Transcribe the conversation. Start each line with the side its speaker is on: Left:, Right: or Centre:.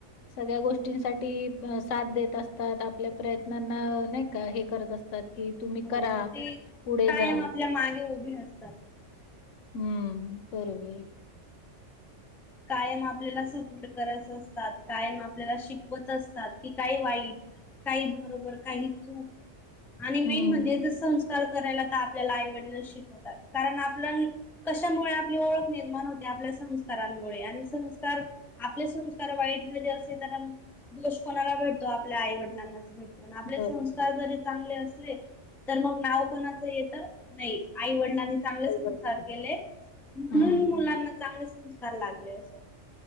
Left: सगळ्यां गोष्टींसाठी भाऊ साथ देत असतात आपल्या प्रयत्नांना नाही का हे करत असतात की तुम्ही
Centre: हो
Left: करा,
Centre: ते आई वडील
Left: पुढे
Centre: कायम
Left: जा.
Centre: आपल्या मागे उभे असतात
Left: हम्म ते बरोबर
Centre: कायम आपल्याला सपोर्ट करत असतात कायम आपल्याला शिकवत असतात कि काय वाईट होते काही बरोबर काही चूक आणि
Left: हं,
Centre: मेन म्हणजे जस संस्कृती करा करायला ते आपल्याला आईवडील शिकवतात कारण आपल्याला कशामुळे आपली ओळख निर्माण होते आपले संस्कार काही वेळा आपले संस्कार वाईट जे असले तर दोष कोणाला भेटतात आपल्या आई वडिलांचा भेट पण आपले
Left: बरोबर.
Centre: संस्कार जरी चांगले असले तर मग नाव कोणाच येत नाही आईच वडिलानी चांगले
Left: काही
Centre: संस्कार
Left: गरज नाही.
Centre: केले म्हणून
Left: हं,
Centre: मुलांना चांगले संस्कार एस सर